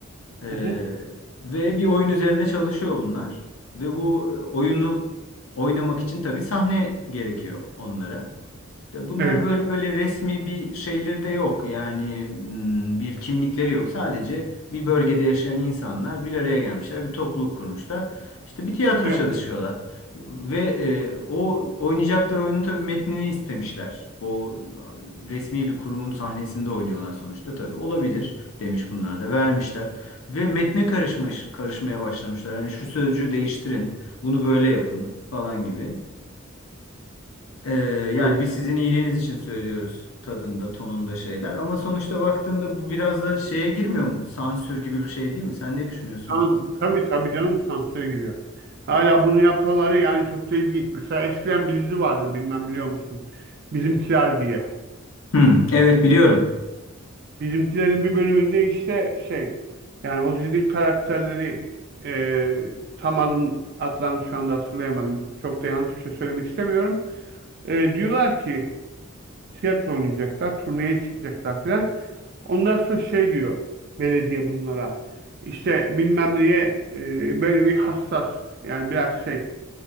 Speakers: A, on the left; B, on the right.
A: Ee,
B: Hı hı.
A: ve bir oyun üzerine çalışıyor bunlar. Ve bu oyunu oynamak için tabii sahne gerekiyor onlara. De Bunlar
B: Evet
A: böyle öyle resmi bir şeyleri de yok. Yani hmm, bir kimlikleri yok. Sadece bir bölgede yaşayan insanlar bir araya gelmişler, bir topluluk kurmuşlar. İşte bir tiyatro
B: evet
A: çalışıyorlar. Ve e, o oynayacakları oyunun tabii metnini istemişler. O resmi bir kurumun sahnesinde oynuyorlar sonuçta tabii. Olabilir demiş bunlar da vermişler. Ve metne karışmış, karışmaya başlamışlar. Hani şu sözcüğü değiştirin, bunu böyle yapın falan gibi. Ee, yani
B: evet.
A: biz sizin iyiliğiniz için söylüyoruz tadında, tonunda şeyler. Ama sonuçta baktığında bu biraz da şeye girmiyor mu? Sansür gibi bir şey değil mi? Sen ne düşünüyorsun
B: Tan
A: bu konuda?
B: tabii tabii canım sansüre giriyor. Hala bunu yapanları yani çok da ilginç. Mesela eskiden bir dizi vardı bilmem biliyor musun? Bizimkiler diye.
A: Hı, evet biliyorum.
B: Bizimkilerin bir bölümünde işte şey yani o dizinin karakterleri e, tam adım adlarını şu anda hatırlayamadım. Çok da yanlış bir şey söylemek istemiyorum. E, diyorlar ki tiyatro oynayacaklar, turneye çıkacaklar filan. Ondan sonra şey diyor belediye bunlara. İşte bilmem neye e, böyle bir hassas yani biraz şey